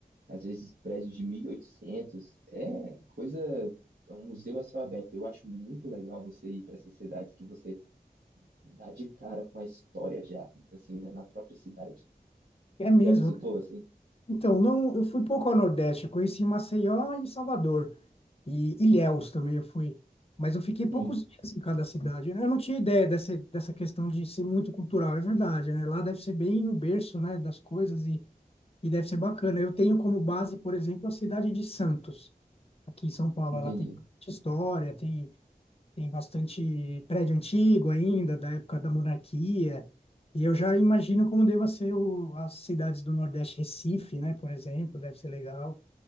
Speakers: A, on the right (about 85°); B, on the left (about 40°).
A: às vezes prédios de mil e oitocentos É coisa, é um museu a céu aberto. Eu acho muito legal você ir para essas cidades que você dá de cara com a história já, assim, né, na própria cidade.
B: É mesmo,
A: Você já visitou, assim?
B: Então, não, eu fui pouco ao Nordeste, eu conheci Maceió e Salvador, e Ilhéus também eu fui, mas eu fiquei poucos
A: Sim,
B: dias em cada cidade. Eu não tinha ideia dessa, dessa questão de ser muito cultural, é verdade, né? Lá deve ser bem o berço, né, das coisas e, e deve ser bacana. Eu tenho como base, por exemplo, a cidade de Santos, aqui em São Paulo.
A: entendi.
B: Ela tem bastante história, tem tem bastante prédio antigo ainda, da época da monarquia. E eu já imagino como deva ser o, as cidades do Nordeste, Recife, né, por exemplo, deve ser legal.